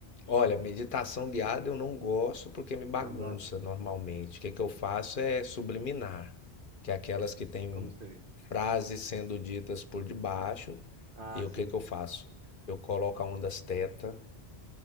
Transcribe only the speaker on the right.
Não gosta?
Como seria?
Ah,
sim.